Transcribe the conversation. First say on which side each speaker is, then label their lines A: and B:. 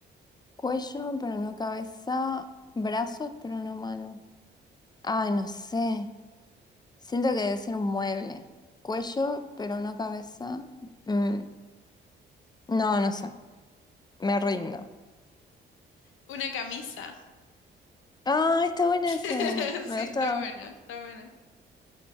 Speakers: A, on the left; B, on the left.
A: Cuello, pero no cabeza. Brazos, pero no mano. Ay, no sé. Siento que debe ser un mueble. Cuello, pero no cabeza. Mm, No, no sé. Me rindo.
B: Una camisa.
A: Ah, está bueno
B: <laughs>
A: ese. Me
B: Sí,
A: gustaba.
B: está buena, está buena.